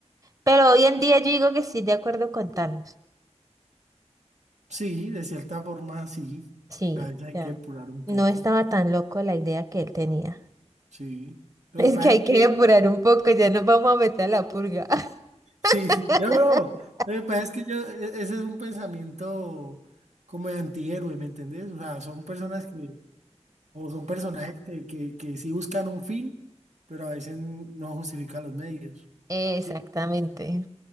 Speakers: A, on the right (about 30°); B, on the right (about 85°).
A: Pero hoy en día yo digo que sí, de acuerdo con Thanos.
B: Sí, de cierta forma sí.
A: Sí,
B: A veces hay
A: ya.
B: que depurar un
A: No
B: poco.
A: estaba tan loco la idea que él tenía. <laughs>
B: Sí. Lo
A: Es
B: que pasa
A: que hay
B: es
A: que
B: que,
A: apurar un poco, ya nos vamos a meter a la purga.
B: sí,
A: <laughs>
B: sí, no, no. no. Lo que pasa es que yo, e- ese es un pensamiento como de antihéroe, ¿me entendés? O sea, son personas que, o son personajes que, que, que sí buscan un fin, pero a veces no justifican los medios.
A: Exactamente.
B: Sí,